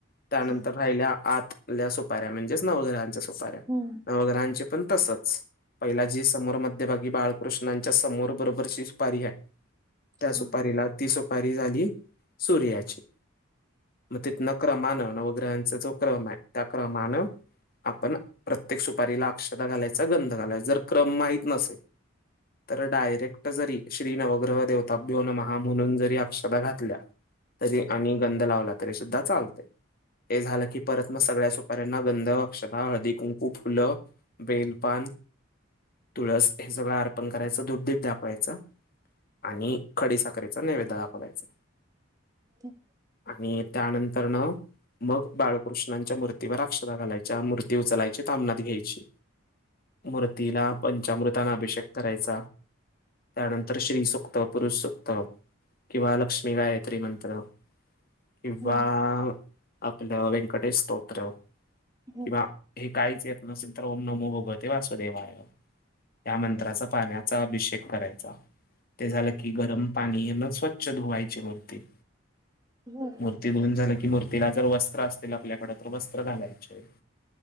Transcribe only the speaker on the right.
हा
हम्म.
हा
ह.
हम्म
हम्म
हम्म